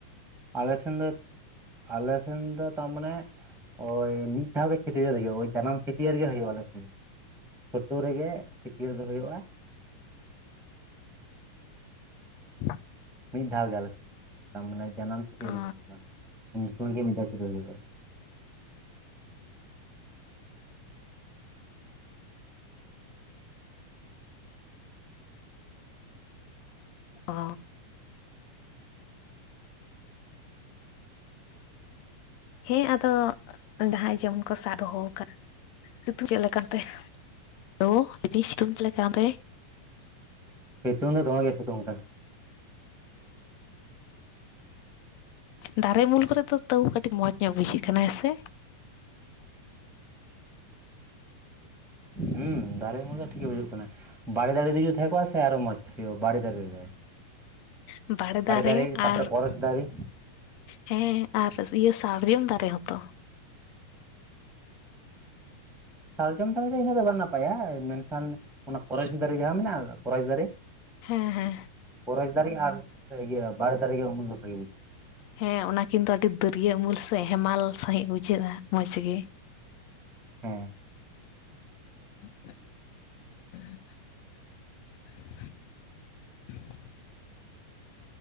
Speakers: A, in the centre; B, on the left (about 70°).
A: ᱟᱞᱮ ᱥᱮᱱ ᱫᱚ ᱟᱞᱮ ᱥᱮᱱ ᱫᱚ ᱛᱟᱨᱢᱟᱱᱮ ᱦᱳᱭ ᱢᱤᱫ ᱫᱷᱟᱣ ᱜᱮ ᱪᱷᱟ. ᱴᱭᱟᱹᱨ ᱦᱳᱭᱳᱜᱼᱟ ᱡᱟᱱᱟᱢ ᱪᱷᱟᱹᱴᱭᱟᱹᱨ ᱜᱮ ᱦᱩᱭᱩᱜᱼᱟ ᱟᱞᱮ ᱥᱮᱱ ᱪᱷᱳᱴᱳ ᱨᱮᱜᱮ ᱪᱷᱟ. ᱴᱭᱟ. ᱨ ᱫᱚ ᱦᱩᱭᱩᱜᱼᱟ
B: ᱵᱟ
A: ᱢᱤᱫ ᱫᱷᱟᱣ ᱜᱮ ᱟᱞᱮ ᱥᱮᱱ ᱫᱚ ᱛᱟᱨ ᱢᱟᱱᱮ ᱡᱟᱱᱟᱢ ᱪᱷᱟ. ᱴᱭᱟᱹᱨ
B: ᱚ
A: ᱜᱮ ᱦᱩᱭᱩᱜ-ᱟ ᱩᱱ ᱥᱳᱢᱚᱭ ᱜᱮ ᱢᱤᱫ ᱫᱷᱟᱣ ᱪᱷᱟ. ᱴᱭᱟᱹᱨ ᱦᱩᱭᱩᱜᱼᱟ᱾
B: ᱚ ᱦᱮᱸ ᱟᱫᱚ ᱡᱟᱦᱟᱸᱭ ᱡᱮᱢᱚᱱ ᱠᱚ ᱥᱟᱵ ᱫᱚᱦᱚ ᱟᱠᱟᱫ ᱥᱤᱛᱩ ᱪᱮᱫ ᱞᱮᱠᱟᱛᱮ? ᱞᱳ ᱤᱛᱩ ᱥᱤᱛᱩᱝ ᱪᱮᱫ ᱞᱮᱠᱟ ᱚᱱᱛᱮ?
A: ᱥᱤᱛᱩᱝ ᱫᱚ ᱫᱚᱢᱮᱜᱮ ᱥᱤᱛᱩᱝ ᱠᱟᱱᱟ
B: ᱫᱟᱨᱮ ᱩᱢᱩᱞ ᱠᱚᱨᱮ ᱫᱚ ᱛᱟᱹᱣ ᱠᱟᱹᱴᱤᱡ ᱢᱚᱡᱽ ᱧᱚᱜ ᱵᱩᱡᱷᱟᱹᱜ ᱠᱟᱱᱟ ᱦᱮᱥᱮ?
A: ᱦᱮᱸ ᱫᱟᱨᱮ ᱩᱢᱩᱞ ᱫᱚ ᱴᱷᱤᱠ ᱜᱮ ᱵᱩᱡᱩᱜ ᱠᱟᱱᱟ᱾ ᱵᱟᱲᱮ ᱫᱟᱨᱮ ᱡᱩᱫᱤ ᱛᱟᱦᱮᱸ ᱠᱚᱜᱼᱟ ᱥᱮ ᱟᱨᱚ ᱢᱚᱸᱡᱽ ᱦᱩᱭᱩᱜᱼᱟ ᱵᱟᱲᱮ ᱫᱟᱨᱮ ᱨᱮᱫᱚ
B: ᱵᱟᱲᱮ ᱫᱟᱲᱮ
A: ᱫᱟᱨᱮ
B: ᱟᱨ
A: ᱛᱟᱯᱚᱨᱮ ᱠᱚᱨᱚᱪ ᱫᱟᱨᱮ
B: ᱦᱮᱸ ᱟᱨ ᱤᱭᱟᱹ ᱥᱟᱨᱡᱚᱢ ᱫᱟᱨᱮ ᱦᱚᱸᱛᱚ
A: ᱥᱟᱨᱡᱚᱢ ᱫᱟᱨᱮ ᱫᱚ ᱤᱱᱟᱹᱜ ᱫᱚ ᱵᱟᱝ ᱱᱟᱯᱟᱭᱟ ᱢᱮᱱᱠᱷᱟᱱ ᱚᱱᱟ ᱠᱚᱨᱚᱪ ᱫᱟᱨᱮ ᱡᱟᱦᱟᱸ ᱢᱮᱱᱟᱜᱼᱟ ᱠᱚᱨᱚᱪ ᱫᱟᱨᱮ
B: ᱦᱮᱸ ᱦᱮᱸ
A: ᱠᱚᱨᱚᱪ ᱫᱟᱨᱮ ᱟᱨ ᱤᱭᱟᱹ ᱵᱟᱲᱮ ᱫᱟᱨᱮ ᱜᱮ ᱩᱢᱩᱞ ᱫᱚ ᱵᱷᱟᱜᱤ ᱵᱩᱡᱷᱟᱹᱜ
B: ᱦᱮᱸ ᱚᱱᱟ ᱠᱤᱱᱫᱚ ᱟᱹᱰᱤ ᱫᱟᱹᱨᱭᱟᱹ ᱩᱢᱩᱞ ᱥᱮ ᱦᱮᱢᱟᱞ ᱥᱟᱹᱦᱤᱡ ᱵᱩᱡᱷᱟᱹᱜᱼᱟ ᱢᱚᱡᱽ ᱜᱮ ᱾
A: ᱦᱮᱸ
B: ᱦᱮᱸ <unintelligible> <unintelligible>